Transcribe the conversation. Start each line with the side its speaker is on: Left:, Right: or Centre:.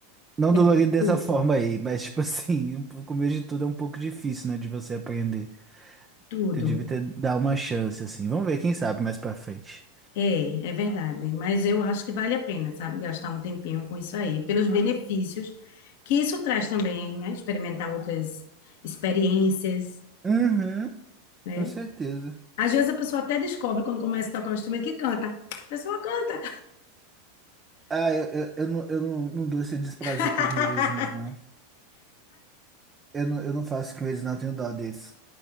Right: Não dolorido
Left: É,
Right: dessa
Left: tudo,
Right: forma aí, mas tipo assim, <laughs> o começo de tudo é um pouco difícil, né? De você aprender.
Left: tudo.
Right: Eu devia ter dar uma chance, assim. Vamos ver, quem sabe, mais pra frente.
Left: É, é verdade. Mas eu acho que vale a pena, sabe, gastar um tempinho com isso aí, pelos benefícios que isso traz também, né? Experimentar outras experiências,
Right: Uhum,
Left: né?
Right: com certeza.
Left: Às vezes a pessoa até descobre quando começa a tocar um instrumento que canta. A pessoa canta.
Right: Ah, eu, eu, eu não, eu não, não dou esse desprazer
Left: <laughs>
Right: pros meus vizinhos, não. Eu não, eu não faço com eles, não, eu tenho dó deles.